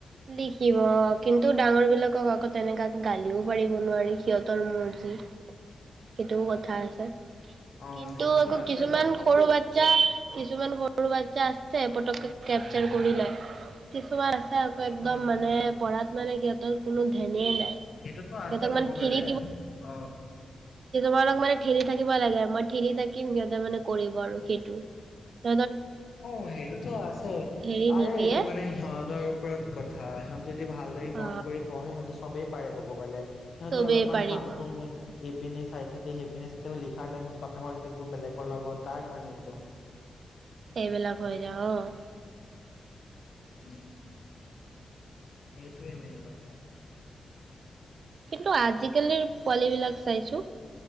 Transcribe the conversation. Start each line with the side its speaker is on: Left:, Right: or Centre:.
Right: লিখিব কিন্তু ডাঙৰ বিলাকক আকৌ তেনেকাক গালিও পাৰিব নোৱাৰি সিহঁতৰ মৰ্জি । সেইটোও কথা আছে
Left: অ',
Right: কিন্তু
Left: সেইটোতো
Right: আকৌ
Left: আছে
Right: কিছুমান
Left: ক'ব গ'লে
Right: সৰু বাচ্ছা কিছুমান সৰু বাচ্ছা আছে পতককে কেপচাৰ কৰি লয় । কিছুমান আছে আকৌ একদম
Left: উম,
Right: মানে পঢ়াত মানে সিহঁতৰ কোনো ধ্যানেই
Left: অ
Right: নাই।
Left: সেইটোতো
Right: সিহঁতক
Left: আছে কব
Right: মানে
Left: গলে
Right: ঠেলি
Left: অ
Right: তোমালোক মানে ঠেলি থাকিব লাগে মই ঠেলি থাকিম সিহঁতে মানে কৰিব আৰু সেইটো ।
Left: অ সেইটোতো আছে
Right: হেৰি
Left: আৰে
Right: নিদিয়ে
Left: এইটো মানে সিহঁতৰ ওপৰত কথা । হিহঁত যদি ভালদৰি
Right: অ
Left: মন কৰি পঢ়ে সিহঁতে সবেই, পাৰে ক'ব গ'লে সিহঁতে
Right: চবেই
Left: অলপমান
Right: পাৰিব।
Left: ভাং ফুং ইপিনে চাই থাকে সেইপিনে চাই থাক লিখাৰ টাইমত কথা পাতি থাকিব বেলেগৰ লগত তাৰ কাৰণতো
Right: এইবিলাক হৈ যা অ ।
Left: উম সেইটোৱে মেইন কথা <inaudible>
Right: কিন্তু আজিকালিৰ পোৱালিবিলাক চাইছো,